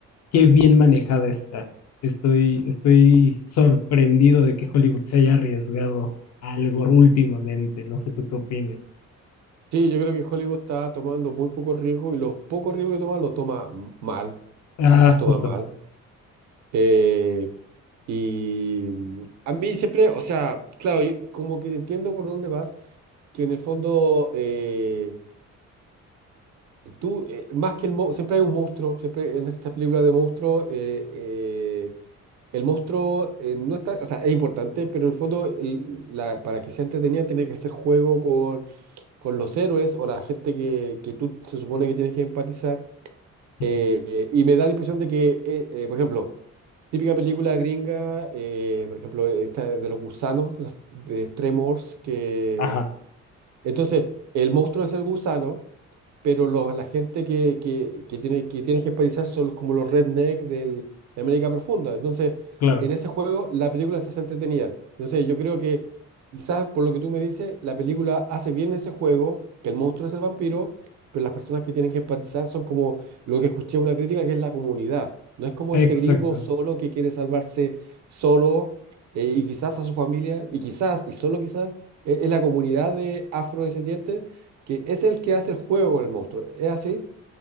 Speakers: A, on the left (about 60°); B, on the right (about 65°).
A: qué bien manejada está. Estoy, estoy sorprendido de que Hollywood se haya arriesgado a algo últimamente. No sé tú qué opines.
B: Sí, yo creo que Hollywood está tomando muy pocos riesgos y los pocos riesgos que toma los toma m- mal,
A: Ah,
B: los toma
A: justo.
B: mal. Eh, y mm, a mí siempre, o sea, claro, yo como que entiendo por dónde vas, que en el fondo eh, tú, eh, más que el monstruo, siempre hay un monstruo, siempre en estas películas de monstruos, eh, eh, el monstruo eh, no está, o sea, es importante, pero en el fondo el- la, para que sea entretenida tiene que hacer juego con, con los héroes o la gente que, que tú se supone que tienes que empatizar. Eh,
A: Ujú.
B: eh, y me da la impresión de que, eh, eh, por ejemplo, típica película gringa, eh, por ejemplo, esta de los gusanos, los, de Tremors, que...
A: Ajá,
B: Entonces, el monstruo es el gusano pero los, la gente que, que, que tiene, que tienes que esparizar son los- como los redneck del, de América Profunda. Entonces,
A: claro.
B: en ese juego la película se hace entretenida. Entonces, yo creo que quizás por lo que tú me dices, la película hace bien ese juego, que el monstruo es el vampiro, pero las personas que tienen que empatizar son como lo que escuché una crítica, que es la comunidad. No es como
A: Exacto.
B: este gringo solo que quiere salvarse solo eh, y quizás a su familia, y quizás, y solo quizás, e- es la comunidad de afrodescendientes que es el que hace el juego con el monstruo. ¿Es así?